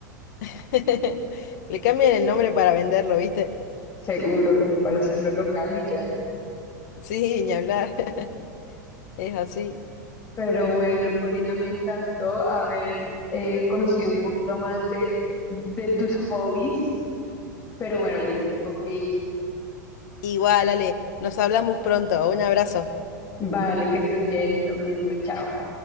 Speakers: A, on the left; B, on the left.
A: <laughs> Le cambian el nombre para venderlo, ¿viste?
B: seguro, como para hacerlo local y ya.
A: Sí, ni hablar. <laughs> Es así.
B: Pero bueno, Corina, me encantó haber eh, conocido un poquito más de, de tus hobbies, pero bueno, yo me tengo que ir.
A: Igual, Ale, nos hablamos pronto. Un abrazo.
B: Vale, que estés bien, lo mismo, chao.